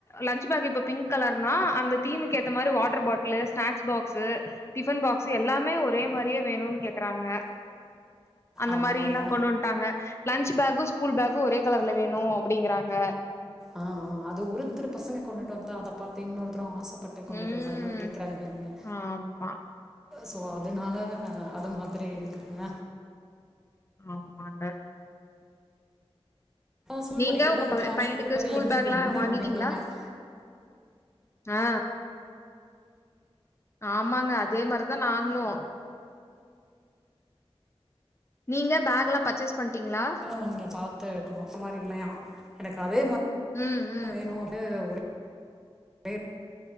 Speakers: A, on the left; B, in the centre.
A: லன்ச்சு பேக் இப்ப பிங்க் கலர்னா அந்த தீமுக்கு ஏத்த மாறி வாட்டர் பாட்டில் லு ஸ்நாக்ஸ் பாக்ஸு டிபன் பாக்ஸ் எல்லாமே ஒரே மாறியே வேணுன் கேக்குறாங்க அந்த
B: ஆமாங்க.
A: மாரில்லா கொண்டு வன்ட்டாங்க லன்ச் பேக்கு ஸ்கூல் பேக்கு ஒரே கலர்ல வேணு அப்டிங்கறாங்க
B: ஆ ஆ அது ஒருத்தர் பசங்க கொண்டுட்டு வந்தா அதை பாத்து இன்னொருத்தரும் ஆசை பட்டு கொண்டுட்டு
A: ம்
B: வறாங்க கேக்குறாங்களங்க
A: ஆமா
B: ஸோ அதனால அது மாதிரி இருக்குங்க
A: ஆமாங்க
B: ஸ்கூல்
A: நீங்க
B: படிக்கிறப்பலாம்
A: உங்க
B: எனக்குலாம்
A: பை பையனுக்கு
B: பேக்,
A: ஸ்கூல்
B: லஞ்ச்
A: பேக்ல்லா
B: பேக்
A: வாங்ட்டீங்களா
B: ஒண்ணே ஒண்ணுதான்.
A: ஆ ஆமாங்க அதே மாறி தா நாங்ளு நீங்க பேக் எல்லா பர்ச்சஸ் பண்டீங்களா
B: <unintelligible> அங்க பாத்து வைக்கணு அந்த மாறி இல்லையா எனக்கு அதே மாரி
A: ம் ம்.
B: வேணுட்டு ஒரே பே